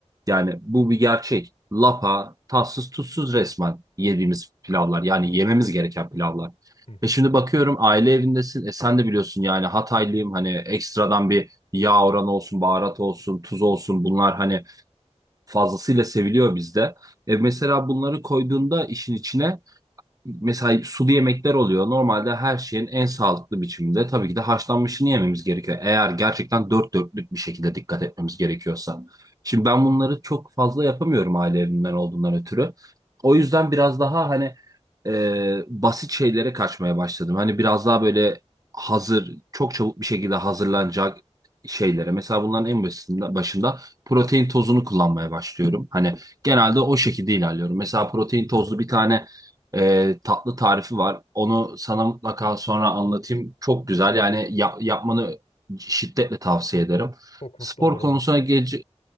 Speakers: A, on the right (about 30°); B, on the left (about 65°).
A: yani bu bir gerçek. Lapa, tatsız tuzsuz resmen yediğimiz pilavlar. Yani yememiz gereken pilavlar.
B: hı hı.
A: E şimdi bakıyorum aile evindesin. E sen de biliyorsun yani Hataylıyım. Hani ekstradan bir yağ oranı olsun, baharat olsun, tuz olsun bunlar hani fazlasıyla seviliyor bizde. E mesela bunları koyduğunda işin içine mesela sulu yemekler oluyor. Normalde her şeyin en sağlıklı biçiminde tabii ki de haşlanmışını yememiz gerekiyor. Eğer gerçekten dört dörtlük bir şekilde dikkat etmemiz gerekiyorsa. Şimdi ben bunları çok fazla yapamıyorum aile evimden olduğundan ötürü. O yüzden biraz daha hani e, basit şeylere kaçmaya başladım. Hani biraz daha böyle hazır, çok çabuk bir şekilde hazırlanacak şeylere. Mesela bunların en başında, başında protein tozunu kullanmaya başlıyorum. Hani genelde o şekilde ilerliyorum. Mesela protein tozlu bir tane e, tatlı tarifi var. Onu sana mutlaka sonra anlatayım. Çok güzel yani yap- yapmanı şiddetle tavsiye ederim.
B: Çok
A: Spor
B: mutlu olurum
A: konusuna geç,